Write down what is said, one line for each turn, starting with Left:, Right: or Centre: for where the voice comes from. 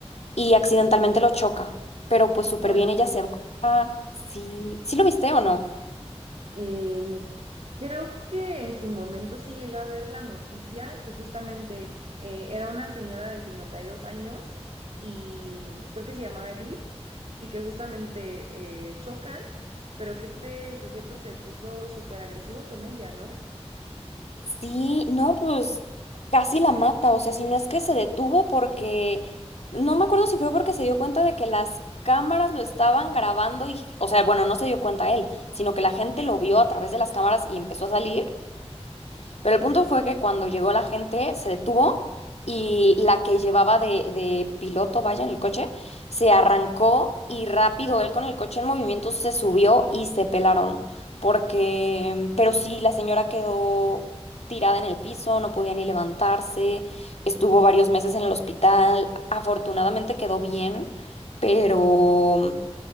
Left: y accidentalmente lo choca, pero pues súper
Right: Ay,
Left: bien,
Right: no.
Left: ella se va. Sí, ¿sí lo viste o no?
Right: Em, Creo que en su momento sí llegué a ver la noticia que justamente eh, era una señora de 52 años y creo que se llamaba Edith y que justamente eh, chocan, pero que este sujeto se puso súper agresivo con ella, ¿no?
Left: Sí, no, pues casi la mata, o sea, si no es que se detuvo porque, no me acuerdo si fue porque se dio cuenta de que las cámaras lo estaban grabando y, o sea, bueno, no se dio cuenta él, sino que la gente lo vio a través de las cámaras y empezó a salir pero el punto fue que cuando llegó la gente se detuvo y la que llevaba de, de piloto, vaya, en el coche, se arrancó y rápido él con el coche en movimiento se subió y se pelaron. Porque, pero sí, la señora quedó tirada en el piso, no podía ni levantarse, estuvo varios meses en el hospital, afortunadamente quedó bien, pero,